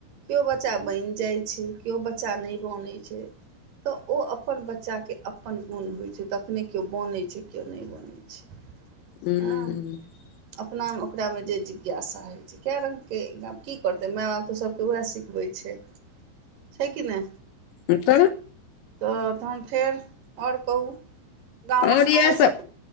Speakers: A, on the right; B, on the left.
A: कियो बच्चा बैन जाए छै, कियो बच्चा नै बनै छै। तऽ ओ अपन बच्चा के अपन गुण होय छै तखने कियो बनय छै, कियो नै बनै छै,
B: हूँ
A: हां अपना मे ओकरा मे जे जिज्ञासा होय कै रंग के आब की करतै माय बाप तऽ सबके उहै सिखबै छै। छै कि नै
B: हां त
A: तऽ तहन फेर और कहू गामक
B: आओर
A: हाल
B: इएह सभ
A: स